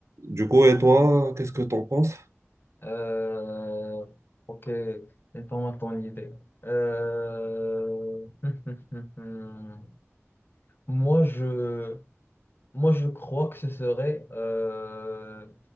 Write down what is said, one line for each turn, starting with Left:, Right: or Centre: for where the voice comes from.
Right: du coup, et toi, qu'est-ce que t'en penses?
Left: Euh, ok, donne-moi ton idée. Euh, <laughs> Moi, je, moi, je crois que ce serait. euh,